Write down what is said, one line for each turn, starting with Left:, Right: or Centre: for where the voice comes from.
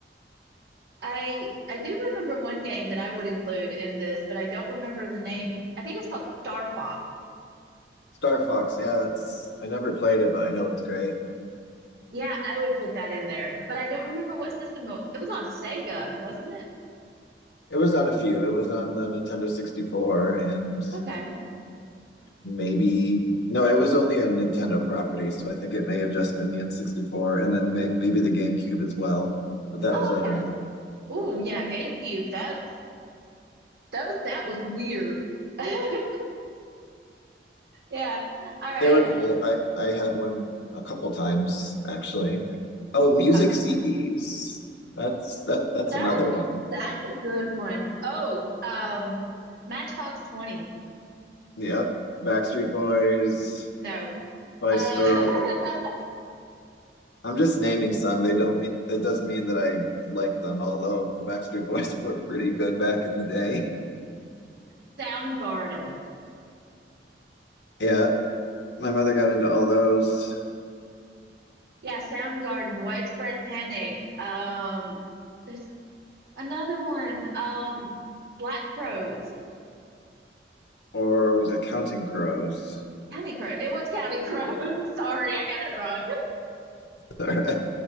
Right: I I do remember one game that I would include in this, but I don't remember the name. I think it's called Starfox.
Left: Star Fox. Yeah, that's. I never played it, but I know it's great.
Right: Yeah, I would put that in there, but I don't remember what system it it was on Sega, wasn't it?
Left: It was on a few. It was on the Nintendo 64 and
Right: Okay.
Left: maybe no, it was only a Nintendo property, so I think it may have just been the N64 and then may, maybe the GameCube as well, but that
Right: Oh,
Left: was later
Right: okay.
Left: on.
Right: Oh, yeah, GameCube. That's those. That was weird. <laughs> Yeah. All right.
Left: They were cool. I I had one a couple times actually. Oh, music
Right: Uh,
Left: CDs. That's that that's
Right: That's
Left: another one.
Right: that's a good one. Oh, um, Matchbox 20.
Left: Yep. Backstreet Boys,
Right: No.
Left: Spice
Right: Uh,
Left: Girls. I'm just naming some. They don't mean it doesn't mean that I like them, although the Backstreet Boys <laughs> were pretty good back in the day.
Right: <laughs> Soundgarden.
Left: Yeah, my mother got into all those.
Right: Yeah, Soundgarden. Widespread Panic. Um, there's another one. Um, Black Crowes.
Left: or was it Counting Crows?
Right: County Crow. It was County Crow. <laughs> Sorry, I got it wrong.
Left: <laughs> there,